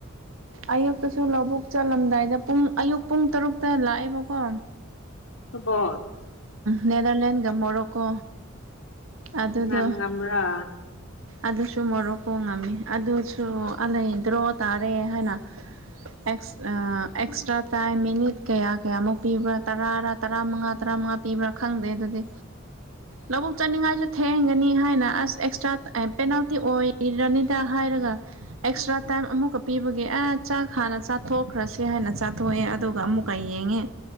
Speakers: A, on the right; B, on the left.
A: ꯑꯌꯨꯛꯇꯁꯨ ꯂꯧꯕꯛ ꯆꯠꯂꯝꯗꯥꯏꯗ ꯄꯨꯡ ꯑꯌꯨꯛ ꯄꯨꯡ ꯇꯔꯨꯛꯇ ꯂꯥꯛꯑꯦꯕꯀꯣ
B: ꯕꯣ
A: ꯅꯦꯗꯔꯂꯦꯟꯒ ꯃꯣꯔꯣꯀꯣ ꯑꯗꯨꯗꯣ
B: ꯅꯪ ꯉꯝꯕ꯭ꯔꯥ
A: ꯑꯗꯨꯁꯨ ꯃꯣꯔꯣꯛꯄ ꯉꯝꯃꯤ ꯑꯗꯨꯁꯨ ꯑ ꯂꯩꯗ꯭ꯔꯣ ꯇꯥꯔꯦ ꯍꯥꯏꯅ ꯑꯦꯛꯁꯇ꯭ꯔꯥ ꯇꯥꯏꯝ ꯃꯤꯅꯤꯠ ꯀꯌꯥ ꯀꯌꯥꯃꯨꯛ ꯄꯤꯕ꯭ꯔꯥ ꯇꯔꯥꯔꯥ ꯇꯔꯥꯃꯉꯥ ꯇꯔꯥꯃꯉꯥ ꯄꯤꯕ꯭ꯔꯥ ꯈꯪꯗꯦ ꯑꯗꯨꯗꯤ ꯂꯧꯕꯨꯛ ꯆꯠꯅꯤꯡꯉꯥꯏꯁꯨ ꯊꯦꯡꯒꯅꯤ ꯍꯥꯏꯅ ꯑꯁ ꯑꯦꯛꯁꯇ꯭ꯔꯥ ꯄꯦꯅꯥꯜꯇꯤ ꯑꯣꯏꯔꯅꯤꯗ ꯍꯥꯏ ꯍꯥꯏꯔꯒ ꯑꯦꯛꯁꯇ꯭ꯔꯥ ꯇꯥꯏ ꯑꯃꯨꯛ ꯄꯤꯕꯒꯤ ꯑ ꯆꯥꯛ ꯍꯥꯟꯅ ꯆꯥꯊꯣꯛꯈ꯭ꯔꯁꯤꯦ ꯍꯥꯏꯅ ꯆꯥꯊꯣꯛꯑꯦ ꯑꯃꯨꯛ ꯀꯥꯏꯉꯦ